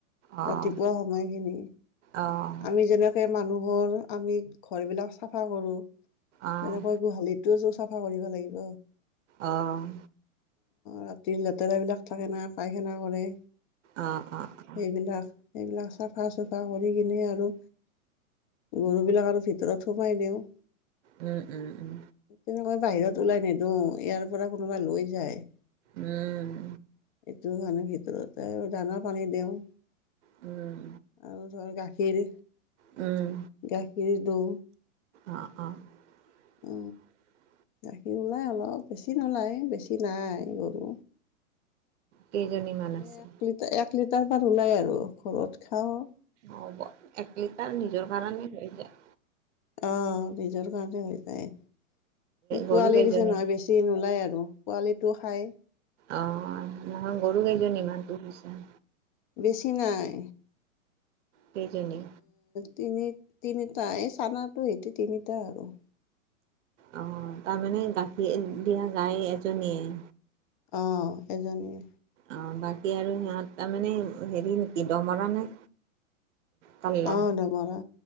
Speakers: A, on the right (about 55°); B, on the left (about 35°).
A: অ',
B: ৰাতিপুৱা সময়খিনি
A: অ', অ',
B: আমি যেনে। মানুহৰ আমি ঘৰবিলাক চাফা কৰোঁ
A: অ',
B: যেনেকৈ গোহালিত। গোহালি চাফা কৰিব লাগিব।
A: অঁ।
B: ৰাতিৰ লেতেৰাবিলাক থাকে না পায়খানা কৰে।
A: অ অ অ।
B: বিলাক এইবিলাক চাফা। চফা কৰি কিনে আৰু গৰু বিলাক আৰু ভিতৰত সোমাই দিও।
A: উম উম উম।
B: তেনেকৈ বাহিৰত ওলাই নিদিও ইয়াৰ পৰা কোনোবাই লৈ যায়।
A: উম, উম,
B: এইটো কাৰণে ভিতৰতে আৰু দানৰ পানী দিওঁ।
A: উম।
B: আৰু ধৰ গাখীৰ।
A: উম।
B: গাখীৰ দিওঁ।
A: অঁ অঁ। <inaudible>
B: অ গাখীৰ ওলায় অলপ বেছি নোলায় বেছি নাই গৰু।
A: কেইজনীমান আছে?
B: এ এক লিটাৰ এক লিটাৰ মান ওলাই আৰু ঘৰত। খাওঁ
A: অ হ'ব এক লিটাৰ নিজৰ কাৰণে হৈ যায়।
B: অঁ নিজৰ কাৰণে হৈ যায়
A: গৰু
B: পোৱালি
A: কেইজনী?
B: দিছে নহয় বেছি। নলায় আৰু পোৱালিটো খাই।
A: অ নহয় গৰু কেইজনী মান পোহিছা।
B: বেছি নাই।
A: কেইজনী?
B: তিনি তিনিটা এই চানাটো হিতি তিনিটা আৰুহ
A: অঁ তাৰমানে গাখীৰ দিয়া গাই এজনীয়ে।
B: অ এজনীয়ে।
A: অ বাকী আৰু সিহঁত তাৰমানে হেৰি নেকি দমৰা নে। কাল্লা
B: অ দমৰা